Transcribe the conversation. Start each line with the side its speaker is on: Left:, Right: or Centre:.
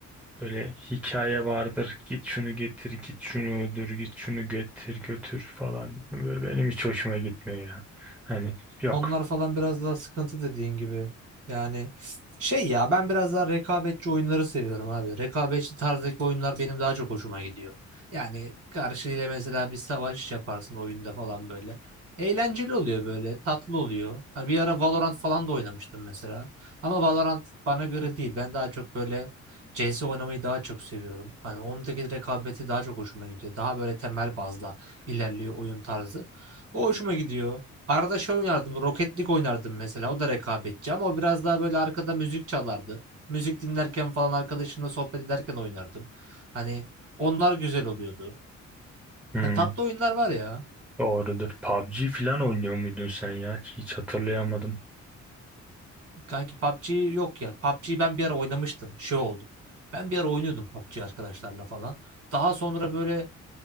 Centre: öyle hikaye vardır. Git şunu getir, git şunu öldür, git şunu getir, götür falan. Böyle Benim hiç hoşuma gitmiyor ya. Hani yok.
Right: Onlar falan biraz daha sıkıntı dediğin gibi. Yani şey ya ben biraz daha rekabetçi oyunları seviyorum abi. Rekabetçi tarzdaki oyunlar benim daha çok hoşuma gidiyor. Yani karşıyla mesela bir savaş yaparsın oyunda falan böyle. Eğlenceli oluyor böyle, tatlı oluyor. Hani bir ara Valorant falan da oynamıştım mesela. Ama Valorant bana göre değil. Ben daha çok böyle CS oynamayı daha çok seviyorum. Hani ondaki rekabeti daha çok hoşuma gidiyor. Daha böyle temel bazla ilerliyor oyun tarzı. O hoşuma gidiyor. Arada şey oynardım. Rocket League oynardım mesela. O da rekabetçi ama o biraz daha böyle arkada müzik çalardı. Müzik dinlerken falan arkadaşımla sohbet ederken oynardım. Hani onlar güzel oluyordu.
Centre: Hmm,
Right: Ya tatlı oyunlar var ya.
Centre: doğrudur. PUBG falan oynuyor muydun sen ya? Hiç hatırlayamadım.
Right: Kanki PUBG yok ya. PUBG'yi ben bir ara oynamıştım. Şey oldu. Ben bir ara oynuyordum PUBG arkadaşlarla falan. Daha sonra böyle